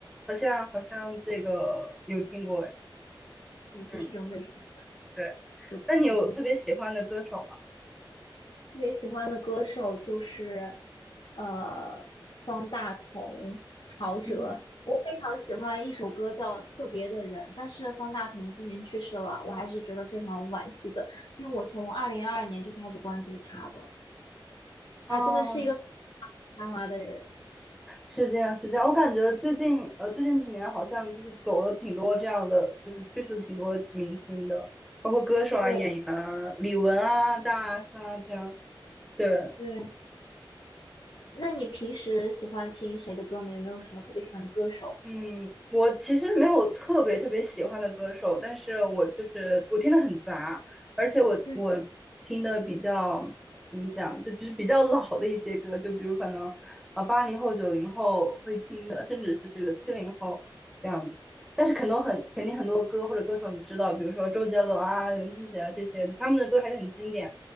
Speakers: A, in the centre; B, on the left (about 65°).
A: 好像好像这个有听过哎，
B: 对，就是这种类型的。
A: 嗯，对，
B: 我觉得这样。
A: 那你有特别喜欢的歌手吗？
B: 特别喜欢的歌手就是呃方大同、陶喆。
A: 嗯，
B: 我非常喜欢一首歌叫《特别的人》，但是方大同今年去世了，我还是觉得非常惋惜的，因为我从二零二二年就开始关注他了，
A: 哦，
B: 他真的是一个才华的人。
A: 是这样，是这样。我感觉最近呃，最近几年好像就是走了挺多这样的，就是去世了挺多明星的，包括歌手啊、
B: 对
A: 演员啊、李玟啊、大 S 啊这样。对，
B: 对，那你平时喜欢听谁的歌呢？有没有什么特别喜欢的歌手？
A: 嗯，我其实没有特别特别喜欢的歌手，但是我就是我听的很杂，而且我我听的比较怎么讲，
B: 嗯
A: 就就是比较老的一些歌，就比如可能啊八零后、九零后会听的，甚至是这个七零后这样子。但是很多很肯定很多歌或者歌手你知道，比如说周杰伦啊、林俊杰啊这些，就他们的歌还是很经典，